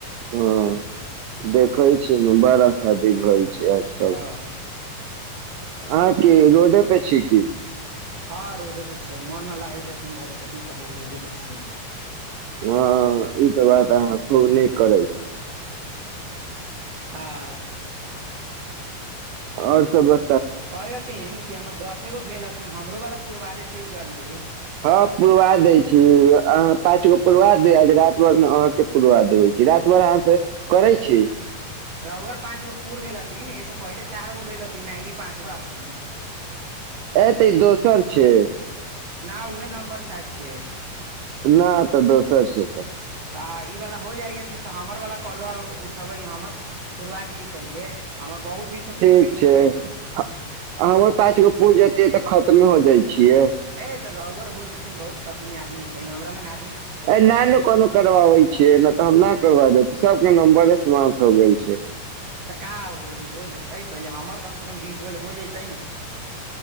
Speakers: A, on the right; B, on the right.
A: ह। देखै छिये ने बड़ा शादी भइ <unintelligible> आजकल
B: हँ
A: आय की रोडे पे छी की।
B: ह रोडे पर छियै, मन न लागे छै घरे तऽ की करबै रोडे पर छियै।
A: ह इ तऽ बात अहाँ खूब नीक करै छी।
B: आ
A: आओर सब ब
B: कइतिन की हमर दस फेरो भेलहथिन हमरो वाला पुरबा देतै जल दे।
A: ह पुरवा दै छी अहाँ पाँचगो पुरवा दियो जे रात भरमे अहाके पुरवा देैबे छी रा अहाँस करै छी।
B: रुउर पाँचगो पुर गेलहथिन एहिस पहिले चारगो भेलहथिन आ इ पाँचवा हथिन।
A: एते दोसर छै।
B: ना उहे नम्बर शायद छिये।
A: ना तऽ दोसर छैत।
B: ता इ वाला हो जाइ हथिन तऽ हमर वाला कलवा ओ उठेबै हमर पुरवा दियै पहिले हमर बहुत दिनसँ
A: ठीक
B: पेंडिंगमे
A: छै
B: नु
A: ह हमर पाचगो पुर जेतै तऽ खत्म हो जाइ। छियै
B: एते रोऊर हो जेतिन बहुत क अखनी आदमी छै, हमरा लंग आद
A: ए नहि नहि कोनो करवाबे छिये, नहि तऽ हम ना करवा दे सबके नम्बरें समाप्त हो गेल छै।
B: तऽ का हो गेलै हो जेतै पहिले हमर कमसँ कम बीस बोल हो जतै नहि।